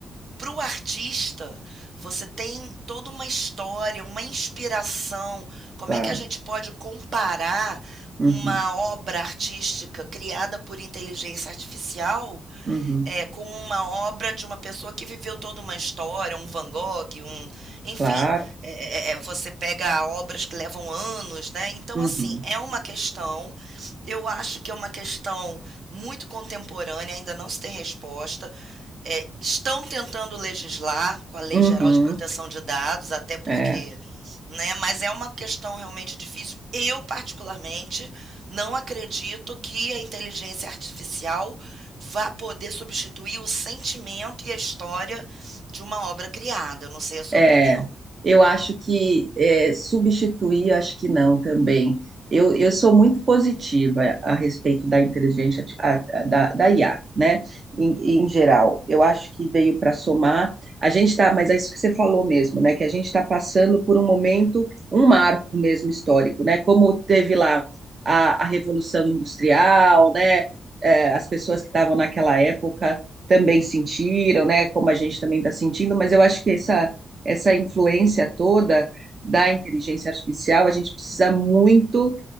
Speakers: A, on the right; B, on the right.
A: para o artista, você tem toda uma história, uma inspiração. Como
B: claro.
A: é que a gente pode comparar
B: Uhum,
A: uma obra artística criada por inteligência artificial
B: uhum,
A: é, com uma obra de uma pessoa que viveu toda uma história, um Van Gogh, um, enfim,
B: claro.
A: é, é, é, você pega obras que levam anos, né? Então,
B: Uhum,
A: assim, é uma questão, eu acho que é uma questão muito contemporânea, ainda não se tem resposta. É, estão tentando legislar com a Lei
B: uhum.
A: Geral de Proteção de Dados, até porque
B: É.
A: né? Mas é uma questão realmente difícil. Eu, particularmente, não acredito que a inteligência artificial vá poder substituir o sentimento e a história de uma obra criada. Eu não sei a sua
B: É,
A: opinião.
B: eu acho que é, substituir, acho que não também. Eu, eu sou muito positiva a respeito da inteligência arti- a- a- da, da IA, né? Em, em geral, eu acho que veio para somar. A gente está, mas é isso que você falou mesmo, né? Que a gente está passando por um momento, um marco mesmo histórico, né? Como teve lá a, a Revolução Industrial, né? É, as pessoas que estavam naquela época também sentiram, né? Como a gente também está sentindo, mas eu acho que essa essa influência toda da inteligência artificial, a gente precisa muito